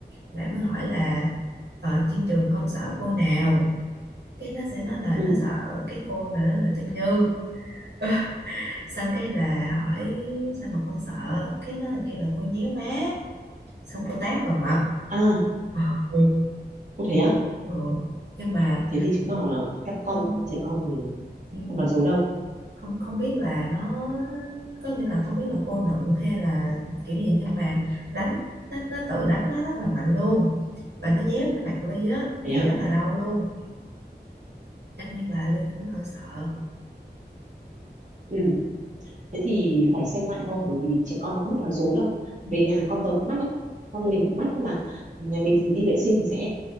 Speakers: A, on the right (about 75°); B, on the right (about 45°).
A: mẹ mới hỏi là ở trên trường con sợ cô nào cái nó sẽ nói là
B: ừ
A: nó sợ cái cô nào đó là Tiên Như <laughs> xong cái là hỏi sao mà con sợ cái nó là kêu là cô nhéo má xong cô tát vào mặt
B: à
A: <laughs> ừ.
B: có thế á
A: Ừ. nhưng mà
B: thế thì chứng tỏ là các
A: không
B: con trẻ con thì
A: ừ,
B: không nói dối đâu
A: không không biết là nó có nghĩa là không biết là cô nựng hay là kiểu gì nhưng mà đánh nó, nó tự đánh nó rất là mạnh luôn và nó déo cái mặt Ly á
B: thế
A: thì
B: à
A: rất là đau luôn cho nên là Ly cũng hơi sợ
B: ừ thế thì phải xem lại thôi bởi vì trẻ con nó không biết nói dối đâu
A: ừ.
B: về nhà con tớ cũng mách lắm con
A: Ừ.
B: mình cũng mách tức là nhà mình thì đi vệ sinh thì sẽ